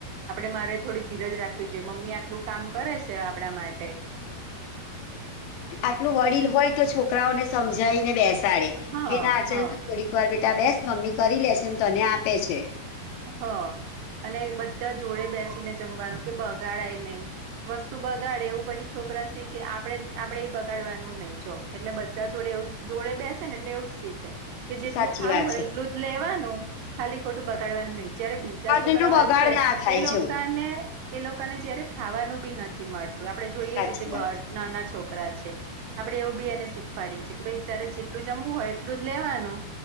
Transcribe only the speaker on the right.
આપડે મારે થોડી ધીરજ રાખવી જોઈએ મમ્મી આટલું કામ કરે છે આપડા માટે.
હા
હા
હ અને બધા જોડે બેસીને જમવાનું કે બગાડાય નહી. વસ્તુ બગાડે એવું પછી છોકરા શીખે આપડે આપડે એ બગાડવાનું નહી જો. એટલે બધા જોડે જોડે બેસે ને એટલે એવું જ શીખે. કે જેટલું
ખાવું
હોય
એટલું જ લેવાનું. ખાલી ખોટું બગાડવાનું નહી જયારે બીજા છોકરા
હોય છે,
એ લોકાને
એ લોકોને જયારે ખાવાનું બી નથી મળતું આપડે જોઈએ
છીએ જે
બ નોના છો છોકરા છે, આપડે એવું બી એને શીખવાડીએ કે ભાઈ તારે જેટલું જમવું હોય એટલું જ લેવાનું.